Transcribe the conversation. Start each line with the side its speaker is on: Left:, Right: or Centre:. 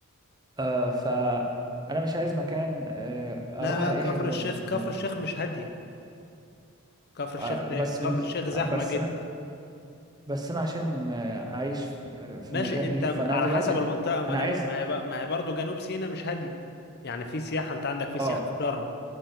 Right: آه ف انا مش عايز مكان آه، اروح
Left: لا لا
Right: الاقيه
Left: كفر
Right: هادي برضو
Left: الشيخ
Right: ما
Left: كفر
Right: أنا-
Left: الشيخ مش هادية كفر الشيخ
Right: آه،
Left: ده
Right: بس بالنسبة
Left: كفر الشيخ زحمة
Right: بس
Left: جدا
Right: بس انا عشان آه، عايش في في
Left: ماشي
Right: مكان ريف
Left: انت على
Right: فانا دلوقتي
Left: حسب
Right: انا
Left: المنطقة ما
Right: أنا
Left: انا
Right: عايز
Left: ما هي بقى- ما هي برضه جنوب سيناء مش هادية يعني في سياحة انت عندك في سياحة
Right: اه
Left: في شرم